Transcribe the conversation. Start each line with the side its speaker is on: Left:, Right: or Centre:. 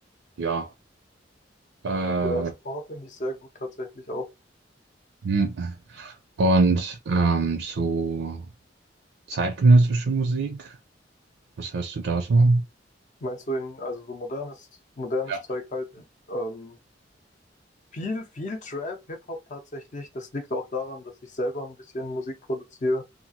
Right: ja. Äh,
Left: ja, Chopin finde ich sehr gut tatsächlich auch.
Right: hm. und ähm, so zeitgenössische Musik, was hörst du da so?
Left: Meinst du in, also so modernes, modernes
Right: Ja.
Left: Zeug halt? Ähm, Viel, viel Trap, Hip-Hop tatsächlich. Das liegt auch daran, dass ich selber ein bisschen Musik produziere.